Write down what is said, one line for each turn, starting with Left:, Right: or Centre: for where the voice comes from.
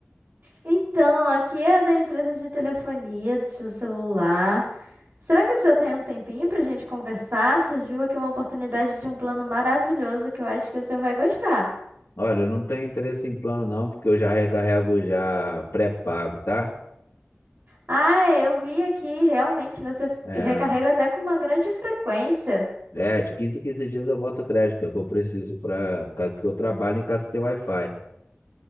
Right: Então, aqui é da empresa de telefonia do seu celular. Será que o senhor tem um tempinho para a gente conversar? Surgiu aqui uma oportunidade de um plano maravilhoso que eu acho que o senhor vai gostar.
Left: Olha, eu não tenho interesse em plano não, porque eu já recarrego já pré-pago, tá?
Right: Ah, é, eu vi aqui, realmente você
Left: É,
Right: recarrega até com uma grande frequência.
Left: é, de quinze em 15 dias eu boto crédito, que é o que eu preciso para que eu trabalho em casa que tem Wi-Fi.